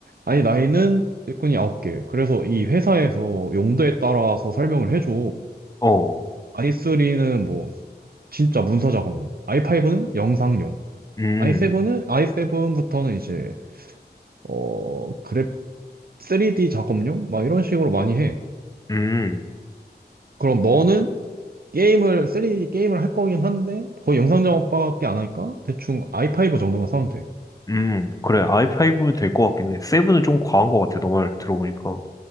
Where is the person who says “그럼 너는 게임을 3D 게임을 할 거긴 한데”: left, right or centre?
Right